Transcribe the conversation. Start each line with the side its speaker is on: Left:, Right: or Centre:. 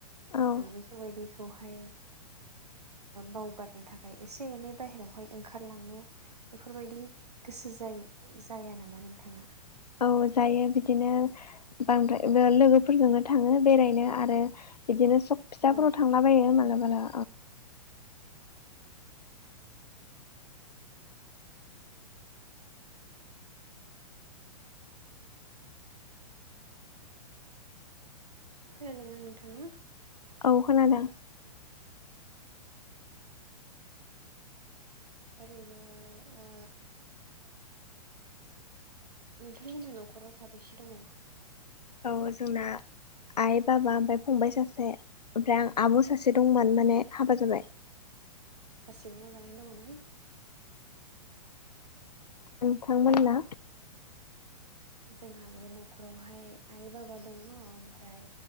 Left: औ
Right: बेफोरबायदिखौहाय बावगारनो थाखाय एसे एनै बाहहेरायावहाय ओंखारलांनो बेफोरबायदि गोसो जायो जाया नामा नोंथाङा?
Left: औ जायो बिदिनो बांद्राय लोगोफोरजोंनो थाङो बेरायनो आरो। बिदिनो सब फिसाफोराव
Right: अ
Left: थांलाबायो माबलाबाला।
Right: खोन लङा नोंथाङा?
Left: औ खोनादों।
Right: ओरैनो ओ नोंथांमोनहा न'खराव साबेसे दङ
Left: औ जोंना आइ बाबा ओमफ्राय फंबाय सासे ओमफ्राय आं आब सासे दंमोन माने हाबा जाबाय
Right: गासिबो मोजाङैनो दङना
Left: नोंथांमोनना
Right: जोंहाबो न'खरावहाय आइ बाबा दङ ओमफ्राय